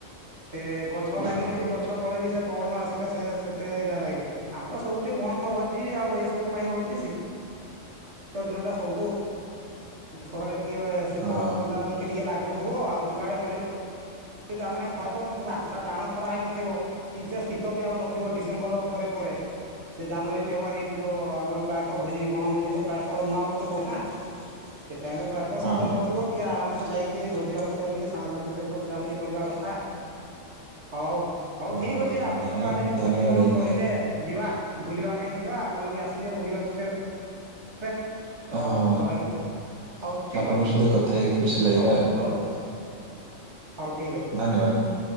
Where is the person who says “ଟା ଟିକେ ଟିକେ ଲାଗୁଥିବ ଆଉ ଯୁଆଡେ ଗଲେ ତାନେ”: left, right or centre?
Right